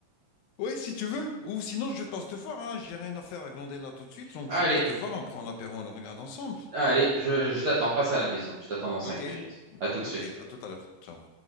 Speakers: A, on the left; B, on the right.
A: Ouais, si tu veux. Ou sinon, je passe te voir. Hein. J'ai rien à faire à glander là tout de suite. Donc,
B: Allez,
A: je passe te voir. On prend l'apéro, on le regarde ensemble.
B: allez, je, je t'attends. Passe à la maison. Je t'attends dans cinq
A: Ok,
B: minutes. À tout de
A: ok.
B: suite.
A: À tout à l'heure. Ciao.